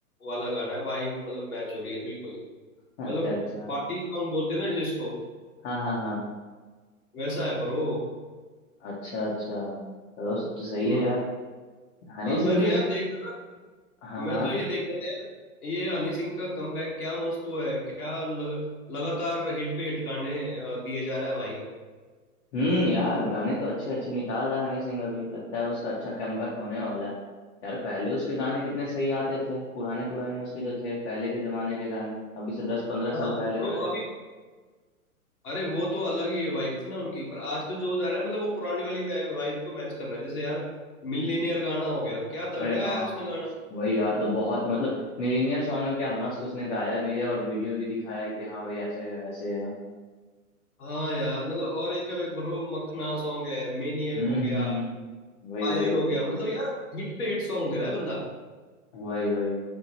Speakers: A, on the left; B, on the left.
A: वाला गाना है वाइब मतलब मैच हो रही है बिल्कुल
B: <laughs> अच्छा
A: मतलब
B: अच्छा
A: पार्टी सॉन्ग बोलते हैं ना जिसको
B: हाँ हाँ हाँ
A: वैसा है ब्रो
B: अच्छा अच्छा चलो सब तो सही
A: हम्म
B: है यार हनी
A: हाँ
B: सिंह
A: मैं तो
B: भी
A: यार
B: यार
A: देख रहा था
B: हाँ हाँ।
A: मैं तो ये देख रहा था यार ये हनी सिंह का कमबैक क्या मस्त हुआ है क्या लग, लगातार हिट पे हिट गाने अ, दिए जा रहा है भाई वो
B: हम्म यार गाने तो अच्छे अच्छे निकाल रहा है हनी सिंह अभी लगता है उसका अच्छा कमबैक होने वाला है यार पहले उसके गाने कितने सही आते थे पुराने पुराने उसके जो थे पहले के जमाने के गाने अभी से दस पंद्रह
A: हाँ
B: साल पहले
A: ब्रो
B: वाले
A: अभी अरे वो तो अलग ही वाइब थी ना उनकी पर आजकल जो जा रहा है मतलब वो पुरानी वाली वाइब को मैच कर रहा है जैसे यार मिलीनियर गाना हो गया क्या तगड़े
B: अरे
A: गाया
B: हाँ
A: उसने गाना
B: वही यार तो बहुत मतलब मिलीनियर सॉन्ग में क्या मस्त उसने गाया भी है और वीडियो भी दिखाया है कि हाँ भाई ऐसे है वैसे है
A: हाँ यार मतलब और एक ब्रो मखना सॉन्ग है मेनियक
B: हम्म
A: हो गया
B: हम्म हम्म वही
A: पायल
B: वही
A: हो गया मतलब यार हिट पे हिट सॉन्ग दे रहा है बंदा
B: वही वही